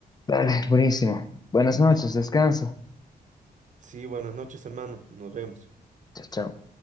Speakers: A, on the left; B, on the right.
A: Dale, buenísimo. Buenas noches, descansa.
B: Sí, buenas noches, hermano, nos vemos.
A: Chao, chao.